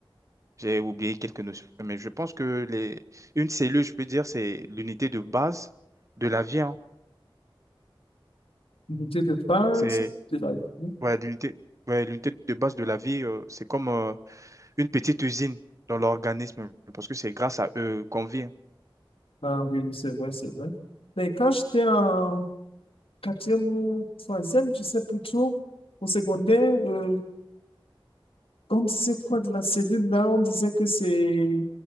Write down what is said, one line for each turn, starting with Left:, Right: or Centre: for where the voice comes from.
Right: J'ai oublié quelques notions, mais je pense que les... une cellule, je peux dire, c'est l'unité de base de la vie. hein.
Left: L'unité de base
Right: C'est
Left: de la vie.
Right: ouais, l'unité ouais, l'unité de base de la vie, euh, c'est comme euh, une petite usine dans l'organisme, parce que c'est grâce à eux qu'on vit. hein.
Left: Ah oui, oui c'est vrai, c'est vrai. Mais quand j'étais en quatrième ou troisième, je sais plutôt au secondaire, euh, on disait quoi de la cellule là? On disait que c'est